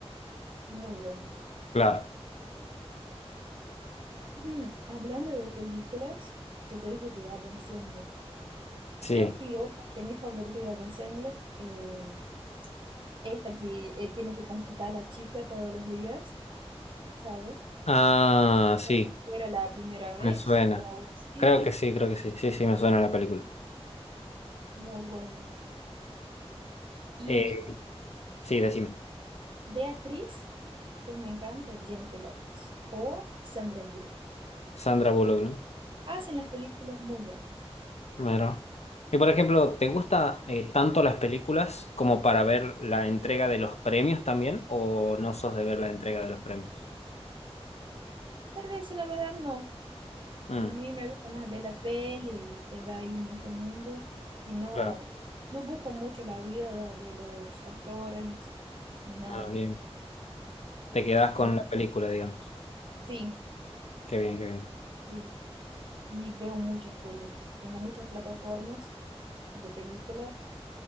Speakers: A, on the right; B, on the left.
A: Muy buena.
B: Claro,
A: Mm, hablando de películas, yo te dije de Adam Sandler.
B: sí.
A: Creo que otra que es mi favorita de Adam Sandler, eh, esta que él tiene que conquistar a la chica todos los días, ¿sabes?
B: Ah, sí,
A: Como si fuera la primera vez
B: me suena.
A: o algo así.
B: Creo que sí, creo que sí. Sí, sí, me suena la película.
A: Muy buena. Y
B: Eh, sí, decime.
A: de actriz, que me encanta, Jennifer Lopez o Sandra Bullock.
B: Sandra Bullock, ¿no?
A: hacen las películas muy buenas.
B: Claro. Y por ejemplo, ¿te gusta eh, tanto las películas como para ver la entrega de los premios también? ¿O no sos de ver la entrega de los premios?
A: Para decir la verdad, no.
B: Mm,
A: A mí me gusta más ver la peli y quedar ahí en este mundo y no,
B: claro.
A: no busco mucho la vida de los actores ni nada.
B: Ah, bien. Te quedás con
A: Pero
B: la película, digamos.
A: sí,
B: Qué bien, qué bien.
A: y, y veo muchas pelis. Tengo muchas plataformas de películas